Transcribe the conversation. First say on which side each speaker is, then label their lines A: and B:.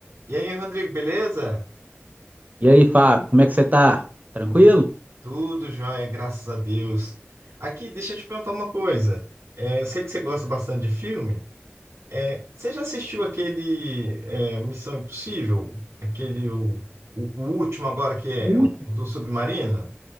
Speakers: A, on the right (about 80°); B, on the right (about 35°).
A: E aí, Rodrigo, beleza?
B: E aí, Fábio, como é que você tá? Tranquilo?
A: Tu- Tudo jóia, graças a Deus. Aqui, deixa eu te perguntar uma coisa. É, eu sei que você gosta bastante de filme. É, você já assistiu aquele é, Missão Impossível? Aquele, o, o- o último agora, que é
B: Ui,
A: o do submarino?